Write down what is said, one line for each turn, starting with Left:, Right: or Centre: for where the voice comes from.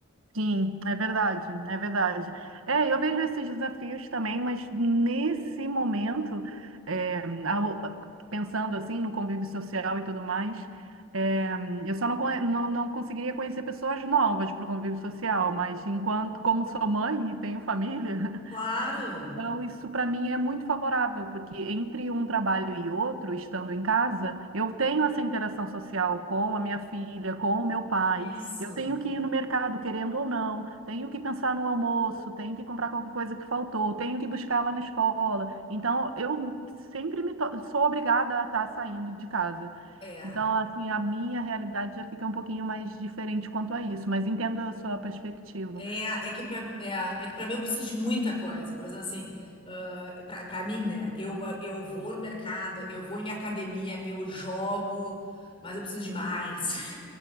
Right: Sim, é verdade, é verdade. É, eu vejo esses desafios também, mas nesse momento, é, ao- pensando assim no convívio social e tudo mais, é, eu só não, conhe- não, não conseguiria conhecer pessoas novas para o convívio social, mas enquanto, como sou mãe e tenho família, <laughs>
Left: Claro,
Right: Então, isso para mim é muito favorável, porque entre um trabalho e outro, estando em casa, eu tenho essa interação social com a minha filha, com o meu pai.
Left: isso.
Right: Eu tenho que ir no mercado, querendo ou não, tenho que pensar no almoço, tenho que comprar qualquer coisa que faltou, tenho que buscar lá na escola. Então, eu sempre me to- sou obrigada a estar saindo de casa.
Left: É.
Right: Então, assim, a minha realidade já fica um pouquinho mais diferente quanto a isso, mas entendo a sua perspectiva.
Left: É, é que pra é, é que para mim eu preciso de muita coisa. Por exemplo, assim, ah, pra para mim, né? Eu, eu vou no mercado, eu vou em academia, eu jogo, mas eu preciso de mais.